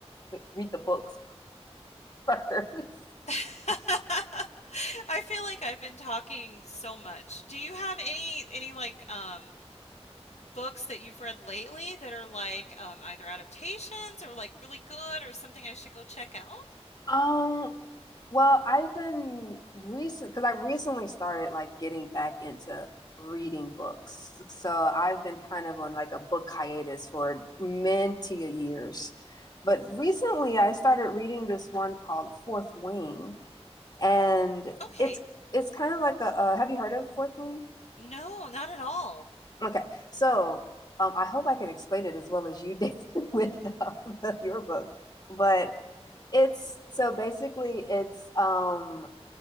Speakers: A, on the left; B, on the left.
A: read the books first. <laughs>
B: <laughs> I feel like I've been talking so much. Do you have any any like um books that you've read lately that are like um either adaptations or like really good or something I should go check out?
A: Um, well, I've been recent because I recently started like getting back into reading books. So I've been kind of on like a book hiatus for many years. But recently I started reading this one called Fourth Wing, and
B: Okay.
A: it's it's kind of like a, uh have you heard of Fourth Wing?
B: No, not at all.
A: Okay. So um, I hope I can explain it as well as you did <laughs> with uh, your book. But it's so basically it's um